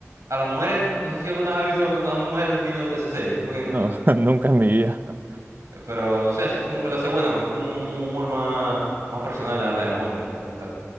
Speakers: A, on the right; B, on the right.
A: a las mujeres, no sé si alguna vez has visto a una, a una mujer viendo esa serie, creo que nunca.
B: no, <laughs> nunca en mi vida.
A: Pero no sé, eso como que lo hace buena, pues es como un, un humor más, más personal a la de los hombres, como tal.